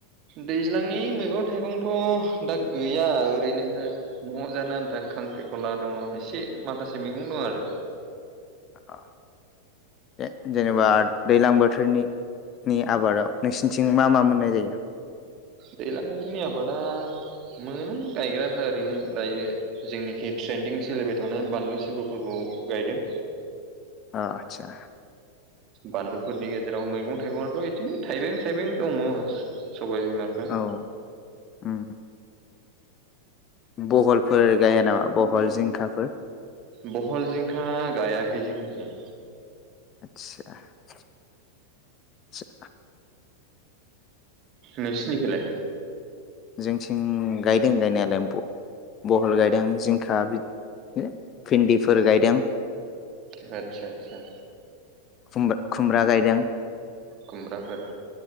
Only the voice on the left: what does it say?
अ जे जेनेबा दैज्लां बोथोरनिनि आबादाव नोंसिनथिं मा मा मोननाय जायो?
अ आदसा।
औ उम बहलफोर गाया नामा बहल जिंखाफोर?
आदसा आदसा।
जोंथिं गायदों गायनायालाय ब बहल गायदों जिंखा <inaudible> भिन्दिफोर गायदों।
खुमबा खुमब्रा गायदों।